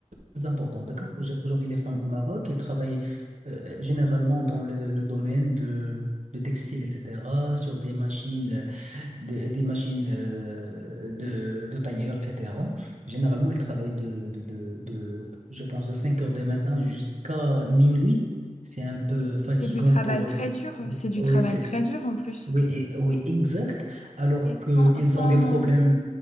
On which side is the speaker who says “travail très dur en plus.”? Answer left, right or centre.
Left